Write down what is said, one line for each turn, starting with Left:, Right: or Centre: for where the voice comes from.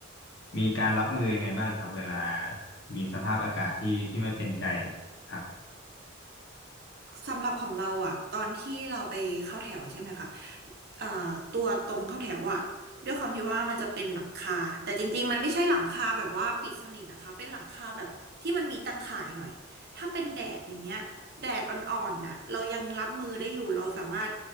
Left: มีการรับมือยังไงบ้างครับเวลามีสภาพอากาศที่ที่ไม่เป็นใจครับ
Right: สำหรับของเราอ่ะตอนที่เราไปเข้าแถวใช่ไหมคะเอ่อตัวตรงเข้าแถวอ่ะด้วยความที่ว่ามันจะเป็นหลังคาแต่จริงๆมันไม่ใช่หลังคาแบบว่าปิดสนิทนะคะเป็นหลังคาแบบที่มันมีตะข่ายหน่อยถ้าเป็นแดดอย่างเงี้ยแดดอ่อนๆน่ะเรายังรับมือได้อยู่เราสามารถ